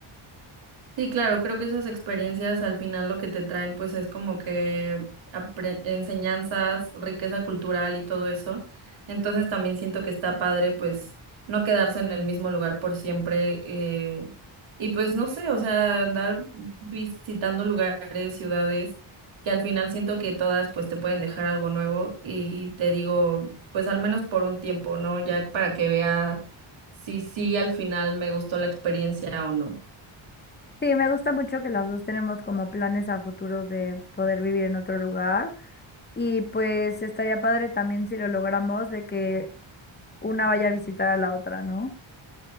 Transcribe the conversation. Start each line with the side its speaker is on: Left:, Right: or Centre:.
Right: Sí, claro, creo que esas experiencias al final lo que te traen pues es como que apre- enseñanzas, riqueza cultural y todo eso. Entonces también siento que está padre pues no quedarse en el mismo lugar por siempre eh, y pues no sé, o sea, andar visitando lugares, ciudades que al final siento que todas pues te pueden dejar algo nuevo y te digo pues al menos por un tiempo, ¿no? Ya para que vea si sí al final me gustó la experiencia o no.
Left: Sí, me gusta mucho que las dos tenemos como planes a futuro de poder vivir en otro lugar. Y pues estaría padre también si lo logramos de que una vaya a visitar a la otra, ¿no?